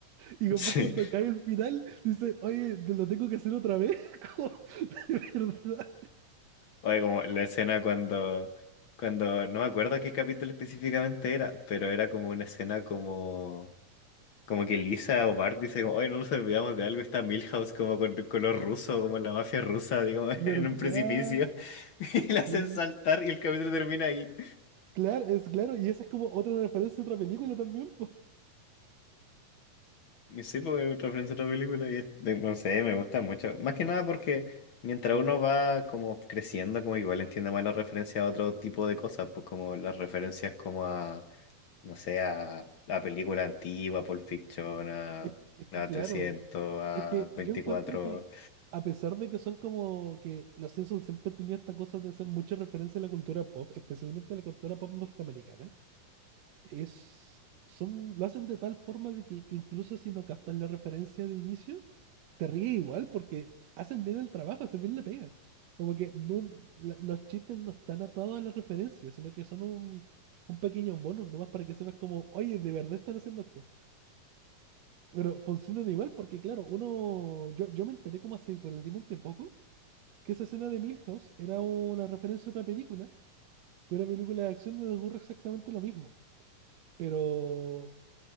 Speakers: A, on the right; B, on the left.
A: Y después
B: Sí,
A: cuando cae el final, dice, oye, te lo tengo que hacer otra vez. <laughs> Como, de verdad,
B: oye, como la escena cuando, cuando, no me acuerdo qué capítulo específicamente era, pero era como una escena como Como que Lisa o Bart dice como, oye, no nos olvidamos de algo, y está Milhouse como con color ruso, como la mafia rusa, digo, <laughs>
A: verdad,
B: en un precipicio, <laughs> y
A: sí.
B: la hacen saltar y el capítulo termina ahí.
A: Claro, es claro, y esa es como otra referencia a otra película también, pues.
B: Y sí, porque es referencia a otra película y es, de- no sé, me gusta mucho. Más que nada porque mientras uno va como creciendo, como igual entiende más la referencia a otro tipo de cosas, pues como las referencias como a, no sé, a la película antigua, Pulp Fiction, a,
A: Es, es que
B: a
A: claro,
B: 300, a
A: es que yo
B: veinticuatro
A: encuentro que a pesar de que son como que los Simpsons siempre han tenido esta cosa de hacer mucha referencia a la cultura pop, especialmente a la cultura pop norteamericana, es, son, lo hacen de tal forma de que incluso si no captas la referencia de inicio, te ríes igual porque hacen bien el trabajo, hacen bien la pega. Como que no, la- los chistes no están atados a la referencia, sino que son un, un pequeño bonus nomás para que sepas como, oye, de verdad están haciendo esto. Pero funcionan igual porque, claro, uno. Yo, yo me enteré como hace relativamente poco que esa escena de Milhouse era una referencia a otra película, que una película de acción donde ocurre exactamente lo mismo. Pero,